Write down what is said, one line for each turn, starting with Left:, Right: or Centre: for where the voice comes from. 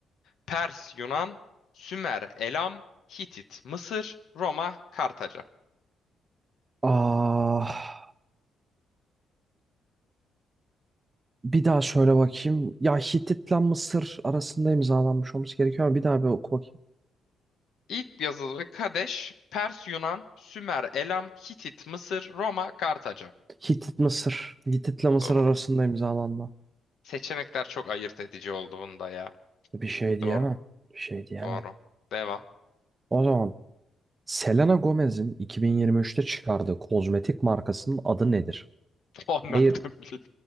Left: Pers, Yunan, Sümer, Elam, Hitit, Mısır, Roma, Kartaca.
Right: Ah, bir daha şöyle bakayım. Ya Hitit'le Mısır arasında imzalanmış olması gerekiyor ama bir daha bir oku bakayım.
Left: İlk yazılı Kadeş, Pers, Yunan, Sümer, Elam, Hitit, Mısır, Roma, Kartaca.
Right: Hitit Mısır. Hitit'le Mısır
Left: Doğru.
Right: arasında imzalanma.
Left: Seçenekler çok ayırt edici oldu bunda ya.
Right: Bir şey diyemem.
Left: Doğru.
Right: Bir şey diyemem.
Left: Doğru. Devam. <laughs>
Right: O zaman Selena Gomez'in 2023'te çıkardığı kozmetik markasının adı nedir?
Left: O nereden
Right: Air,
Left: bileyim?